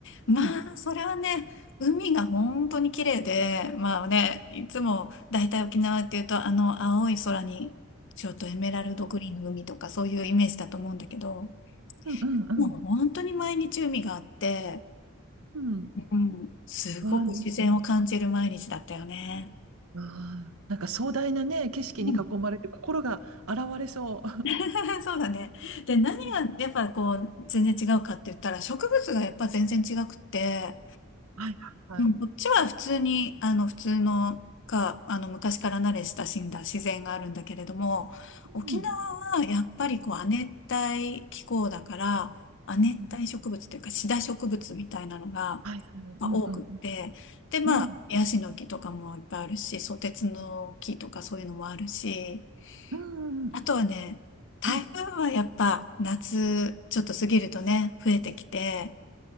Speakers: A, on the left (about 60°); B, on the right (about 85°).
A: まあ、
B: うん、
A: それはね、海が本当に綺麗で、まあね、いつも大体沖縄っていうと、あの青い空に、ちょっとエメラルドグリーンの海とかそういうイメージだと思うんだけど、
B: うん、うん、うん、
A: もう本当に毎日海があって、
B: うん
A: うん、すごく自然を感じる毎日だったよね。
B: わあ、なんか、わあ、なんか壮大なね、景色に囲まれて心が洗われそ
A: うん <laughs> そうだね。で、何がやっぱこう全然違うかって言ったら植物がやっぱ全然違くって、
B: う。うん、はい、はい、
A: うん、
B: はい。
A: こっちは普通に、あの、普通のか、あの、昔から慣れ親しんだ自然があるんだけれども、
B: うん、
A: 沖縄はやっぱりこう、亜熱帯気候だから、亜熱帯植物というか、
B: うん
A: シダ植物みたいなのが、
B: はい、はい、うん、、
A: まあ、多くって、
B: うん、
A: で、まあ、
B: うん、
A: ヤシの木とかもいっぱいあるし、ソテツの木とかそういうのもあるし、
B: うん、うん、
A: あとはね、台風はやっぱ夏ちょっと過ぎるとね、
B: うん
A: 増えてきて、